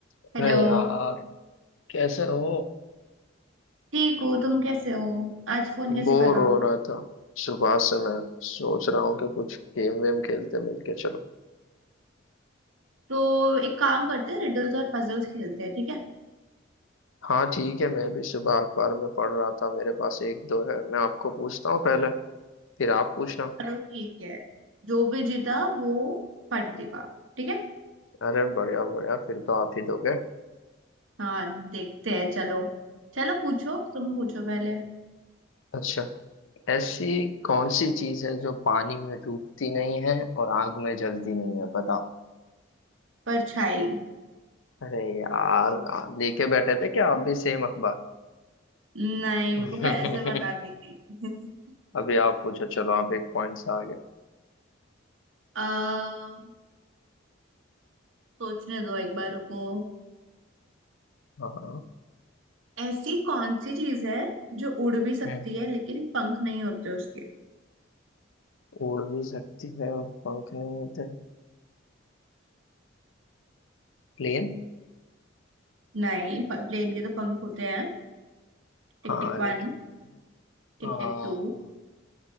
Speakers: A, on the left; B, on the right.
A: अरे
B: Hello
A: यार कैसे हो
B: ठीक हो तुम कैसे हो आज फोन कैसे
A: बोर
B: करा
A: हो रहा था सुबह से मैं सोच रहा हूँ कि कुछ गेम वेम खेलते मिलके चलो
B: तो एक काम करते हैं रिडल्स और पजल्स खेलते हैं ठीक है
A: हाँ ठीक है मैं भी सुबह अखबार में पढ़ रहा था मेरे पास एक दो है मैं आपको पूछता हूँ पहले फिर आप पूछना
B: चलो ठीक है जो भी जीता वो पार्टी देगा ठीक है
A: अरे बढ़िया बढ़िया फिर तो आप ही दोगे
B: हाँ देखते हैं चलो चलो पूछो तुम पूछो पहले
A: अच्छा ऐसी कौन सी चीज है जो पानी में डूबती नहीं है और आग में जलती नहीं है बताओ
B: परछाई
A: अरे यार आप लेके बैठे थे क्या आप भी सेम अखबार
B: नहीं
A: <laughs>
B: मेरे को पहले से बता दी थी <laughs>
A: अभी आप पूछो चलो आप एक पॉइंट से आगे
B: अः सोचने दो एक बार रुको
A: हाँ
B: ऐसी कौन सी चीज है जो उड़ भी सकती
A: है
B: है लेकिन पंख नहीं होते उसके
A: उड़ भी सकती है और पंख नहीं होते प्लेन
B: नहीं प्लेन के तो पंख होते हैं Tick
A: हाँ
B: tick one
A: लेकिन
B: Tick
A: हाँ
B: tick two